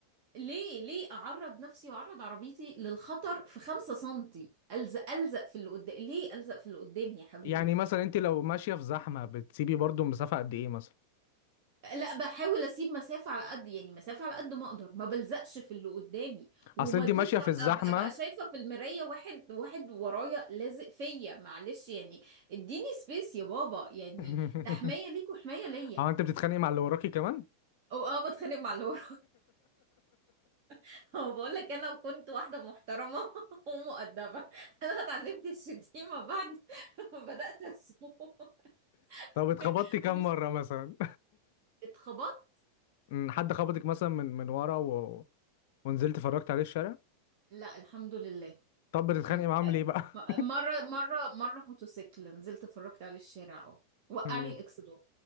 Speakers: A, on the right; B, on the left.
A: ليه ليه اعرض نفسي واعرض عربيتي للخطر في خمسة سنتي الزق الزق في اللي قدامي ليه الزق في اللي قدامي يا حبيبي
B: يعني مثلا انت لو ماشيه في زحمه بتسيبي برضو مسافه قد ايه مثلا
A: لا بحاول اسيب مسافة على قد يعني مسافة على قد ما اقدر ما بلزقش في اللي قدامي وما
B: اصل انت
A: اجيش
B: ماشيه في الزحمه
A: ابقى ابقى شايفة في المراية واحد واحد ورايا لازق فيا معلش يعني اديني سبيس يا بابا يعني
B: <laughs>
A: ده حماية ليك وحماية ليا
B: هو انت بتتخانقي مع اللي وراكي كمان <laughs>
A: او اه بتخانق مع اللي ورا <laughs> بقول لك انا كنت واحدة محترمة <laughs> ومؤدبة انا اتعلمت الشتيمة بعد <laughs> ما بدأت اسوق
B: طب اتخبطتي
A: <laughs>
B: كام
A: مش
B: مره مثلا
A: اتخبطت
B: أمم، حد خبطك مثلا من من ورا و... ونزلت فرجت عليه الشارع
A: لا الحمد لله
B: طب
A: الحمد
B: بتتخانقي معاهم ليه بقى
A: م- مرة مرة مرة موتوسيكل نزلت اتفرجت عليه الشارع اه وقع
B: <laughs>
A: لي الاكسدون